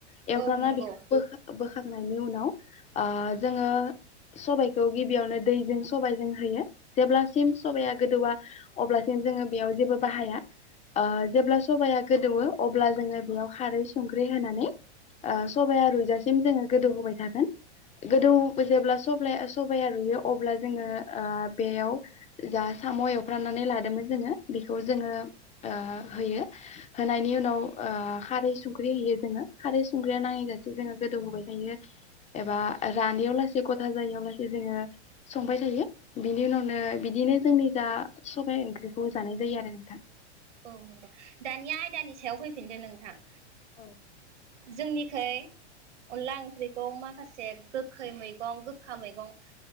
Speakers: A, on the left; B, on the right.
A: एवफ्रामना
B: औ नंगौ
A: बेखौ बोखांना नि उनाव ओ जोङो सबाइखौ गिबियावनो दैजों सबाइजों होयो जेब्लासिम सबाया गोदौवा अब्लासिम जोङो बेयाव जेबो बाहाया ओ जेब्ला सबाया गोदौयो अब्ला जोङो बेयाव खारै संख्रि होनानै ओ सबाया रुजासिम जोङो गोदौ होबाय थागोन गोदौ जेब्ला सबाया सबाया रुयो अब्ला जोङो ओ बेयाव जा साम' एवफ्रनानै लादोंमोन जोङो बेखौ जोङो ओ होयो। होनायनि उनाव ओ खारै संख्रि होयो जोङो खारै संग्राया नाङैजासे जोङो गोदौहोबाय थायो एबा रानैयाव लासै गथा जायैयाव लासै जोङो संबाय थायो बिनि उनावनो बिदिनो जोंनि जा सबाय ओंख्रिखौ जानाय जायो आरो नोंथां।
B: औ नंगौ दानिया आयदानि सायाव फैफिनदो नोंथां।
A: औ
B: जोंनिखै अनला ओंख्रिखौ माखासे गोखै मैगं गोखा मैगं